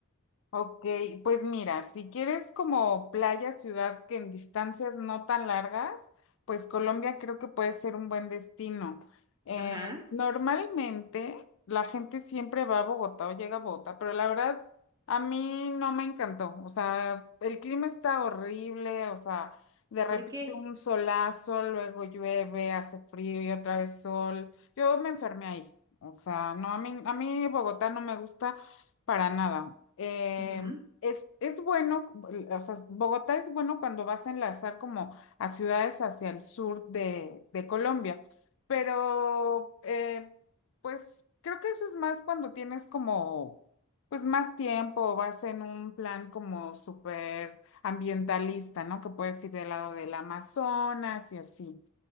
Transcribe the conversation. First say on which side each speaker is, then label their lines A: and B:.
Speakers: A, on the left; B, on the right.
A: Ok, pues mira, si quieres como playa, ciudad que en distancias no tan largas, pues Colombia creo que puede ser un buen destino. Eh,
B: Ajá.
A: normalmente la gente siempre va a Bogotá o llega a Bogotá, pero la verdad a mí no me encantó. O sea, el clima está horrible, o sea, de repente
B: ¿Por qué?
A: un solazo, luego llueve, hace frío y otra vez sol. Yo me enfermé ahí. O sea, no, a mí, a mí Bogotá no me gusta. Para nada. Eh,
B: Ujú,
A: es, es bueno, o sea, Bogotá es bueno cuando vas a enlazar como a ciudades hacia el sur de, de Colombia, pero eh, pues creo que eso es más cuando tienes como, pues más tiempo, vas en un plan como súper ambientalista, ¿no? Que puedes ir del lado del Amazonas y así.